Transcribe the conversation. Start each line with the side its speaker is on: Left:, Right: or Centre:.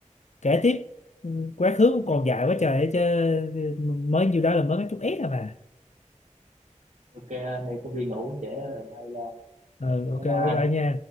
Left: kể tiếp Ừ, quá khứ cũng còn dài quá
Right: ok
Left: trời ấy chứ ừ, mới nhiêu đó là mới có chút ép à mà
Right: ok anh đây có đi công viên ngủ trễ rồi nay là
Left: ừ ok
Right: bye
Left: bye
Right: bye anh
Left: bye nha